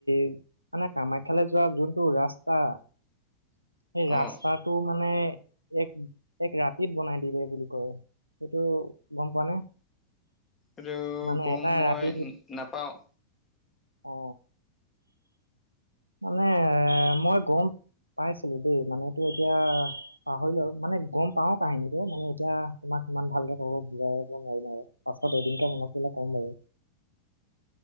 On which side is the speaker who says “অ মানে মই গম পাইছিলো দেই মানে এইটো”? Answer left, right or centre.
Right